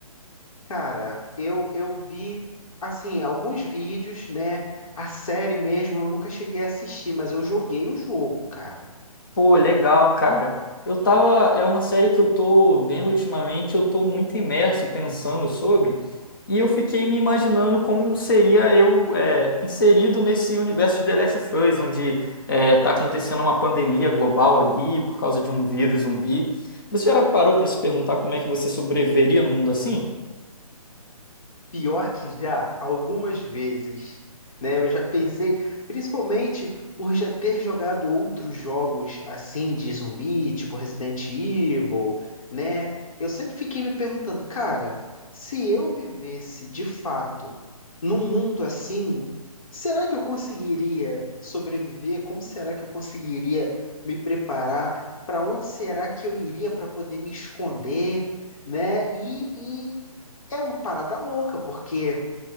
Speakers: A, on the left (about 60°); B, on the left (about 35°).
A: Cara, eu eu vi assim, alguns vídeos, né? A série mesmo eu nunca cheguei a assistir, mas eu joguei o jogo, cara.
B: Pô, legal, cara. Eu tava. É uma série que eu tô vendo ultimamente, eu tô muito imerso pensando sobre, e eu fiquei me imaginando como seria eu é, inserido nesse universo de The Last of Us, onde é, tá acontecendo uma pandemia global ali por causa de um vírus zumbi. Você já parou pra se perguntar como é que você sobreviveria num mundo assim?
A: Pior que já, algumas vezes, né? Eu já pensei, principalmente por já ter jogado outros jogos assim de zumbi, tipo Resident Evil, né? Eu sempre fiquei me perguntando, cara, se eu vivesse de fato num mundo assim, será que eu conseguiria sobreviver? Como será que eu conseguiria me preparar? Para onde será que eu iria para poder me esconder, né? E, e é uma parada louca, porque,